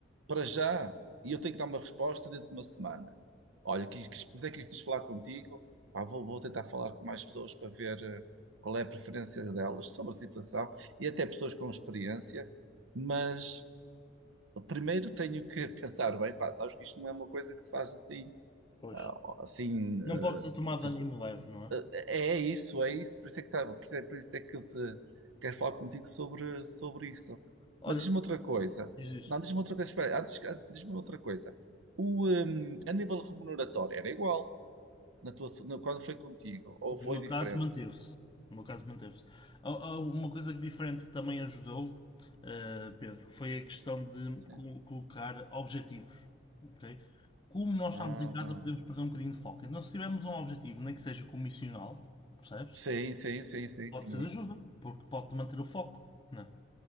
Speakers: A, on the right; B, on the left.
A: para já, e eu tenho que dar uma resposta dentro de uma semana. Olha, quis, quis, por isso é que eu quis falar contigo. Pá, vou, vou tentar falar com mais pessoas para ver eh, qual é a preferência delas sobre a situação e até pessoas com experiência. Mas primeiro tenho que <laughs> pensar bem, pá, sabes que isto não é uma coisa que se faz assim
B: Pois.
A: Ah, assim,
B: Não
A: eh,
B: pode ser tomado
A: te-
B: de ânimo leve, não é?
A: eh, é isso, é isso, por isso é que estava, por isso é, por isso é que eu te quero falar contigo sobre, sobre isso.
B: Olha,
A: Mas diz-me outra coisa.
B: diz isso
A: Não, diz-me outra coisa, espera, antes, antes- diz-me outra coisa. O, hum, a nível remuneratório era igual na tua, no- quando foi contigo, ou foi
B: No meu
A: diferente?
B: caso, manteve-se. No meu caso, manteve-se. Há- há Uma coisa diferente que também ajudou, eh, Pedro, foi a questão de
A: Sim.
B: co- colocar objetivos. ok? Como nós
A: Ah,
B: estamos em casa,
A: bom.
B: podemos perder um bocadinho de foco. Então, se tivermos um objetivo, nem que seja comissional, percebes?
A: Sim, sim, sim, sim,
B: Pode
A: sim,
B: ser
A: é
B: ajuda,
A: isso.
B: porque pode manter o foco. não é?